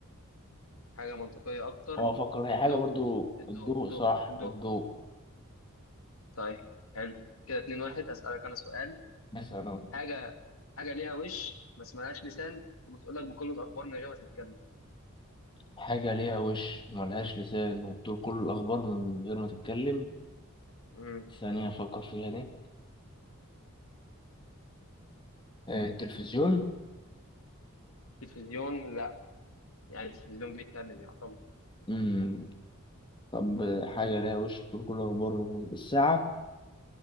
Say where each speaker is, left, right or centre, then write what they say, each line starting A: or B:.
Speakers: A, on the left; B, on the left.
A: حاجه منطقيه اكتر
B: هو افكر هي
A: الضوء
B: حاجة برضو
A: الضوء
B: الضوء
A: الضوء
B: صح
A: الضوء
B: الضوء
A: طيب حلو كده اتنين واحد هسألك أنا سؤال
B: مثلا
A: حاجة حاجة ليها وش بس ملهاش لسان وبتقول لك بكل الأخبار من غير ما تتكلم
B: حاجة ليها وش وملهاش لسان وبتقول كل الاخبار من غير ما تتكلم
A: امم
B: ثانية افكر فيها دي آه، التلفزيون
A: تلفزيون لا يعني التلفزيون بيتكلم يعتبر
B: مم. طب حاجة ليها وش بتقول كل الاخبار من غير- الساعة